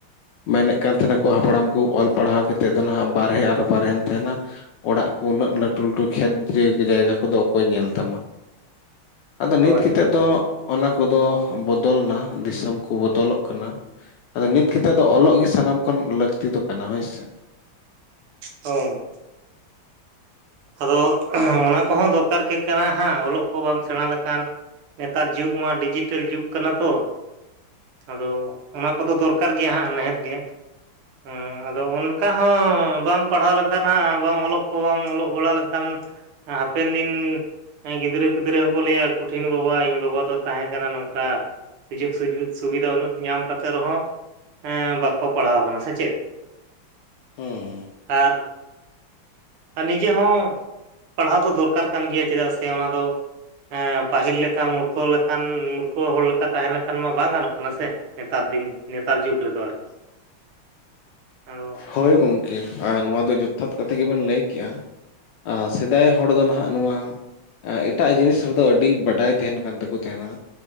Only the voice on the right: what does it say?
ᱦᱳᱭ
ᱦᱳᱭ
ᱦᱳᱸᱼᱼ ᱟᱫᱚ ᱚᱱᱟ ᱠᱚᱦᱚᱸ ᱫᱚᱨᱠᱟᱨ ᱜᱮ ᱠᱟᱱᱟ ᱦᱟᱸᱜ। ᱚᱞᱚᱜ ᱠᱚ ᱵᱟᱢ ᱥᱮᱬᱟ ᱞᱮᱠᱷᱟᱱᱼᱼ ᱱᱮᱛᱟᱨ ᱡᱩᱜᱽ ᱢᱟ ᱰᱤᱡᱤᱴᱮᱞ ᱡᱩᱜᱽ ᱠᱟᱱᱟ ᱛᱚ। ᱟᱫᱚ ᱚᱱᱟ ᱠᱚᱫᱚ ᱫᱚᱨᱠᱟᱨ ᱜᱮᱭᱟ ᱦᱟᱸᱜ ᱱᱤᱦᱟᱹᱛ ᱜᱮ। ᱦᱮᱸ ᱟᱫᱚ ᱚᱱᱠᱟ ᱦᱚᱸ ᱵᱟᱢ ᱯᱟᱲᱦᱟᱣ ᱞᱮᱱᱠᱷᱟᱱ ᱦᱟᱸᱜ, ᱵᱟᱝ ᱚᱞᱚᱜ ᱠᱚ ᱵᱟᱢ ᱚᱞᱚᱜᱼᱼ ᱜᱚᱲᱟ ᱞᱮᱱᱠᱷᱟᱱ ᱦᱟᱯᱮᱱ ᱫᱤᱱ ᱼᱼ ᱦᱮᱸ ᱜᱤᱫᱽᱨᱟᱹ ᱯᱤᱫᱽᱨᱟᱹ ᱦᱚᱸᱠᱚ ᱞᱟᱹᱭᱟ ᱠᱩᱴᱷᱤᱱ ᱵᱟᱵᱟ ᱤᱧ ᱵᱟᱵᱟ ᱫᱚ ᱛᱟᱦᱮᱸ ᱠᱟᱱᱟ ᱱᱚᱝᱠᱟ। ᱥᱩᱡᱳᱜᱽ ᱥᱩᱡᱽ। ᱥᱩᱵᱤᱫᱷᱟ ᱩᱱᱟᱹᱜ ᱧᱟᱢ ᱠᱟᱛᱮ ᱨᱮᱦᱚᱸᱼᱼ ᱦᱮᱸ ᱵᱟᱠᱚ ᱯᱟᱲᱦᱟᱣ ᱠᱟᱱᱟ। ᱥᱮ ᱪᱮᱫ?
ᱟᱨᱼᱼ ᱟᱨ ᱱᱤᱡᱮ ᱦᱚᱸ, ᱯᱟᱲᱦᱟᱣ ᱫᱚ ᱫᱚᱨᱠᱟᱨ ᱠᱟᱱ ᱜᱮᱭᱟ। ᱪᱮᱫᱟᱜ ᱥᱮ ᱚᱱᱟ ᱫᱚᱼᱼ ᱦᱮᱸ ᱯᱟᱹᱦᱤᱞ ᱞᱮᱠᱟ ᱢᱩᱨᱠᱷᱟᱹ ᱞᱮᱠᱟᱱ ᱢᱩᱨᱠᱷᱟᱹ ᱦᱚᱲ ᱞᱮᱠᱟ ᱛᱟᱦᱮᱸ ᱞᱮᱠᱟᱱ ᱢᱟ ᱵᱟᱝ ᱜᱟᱱᱚᱜ ᱠᱟᱱᱟ ᱥᱮ ᱱᱮᱛᱟᱨ ᱫᱤᱱ ᱱᱮᱛᱟᱨ ᱡᱩᱜᱽ ᱨᱮᱫᱚ ᱟᱨᱠᱤ ᱟᱫᱚ
ᱦᱮᱸ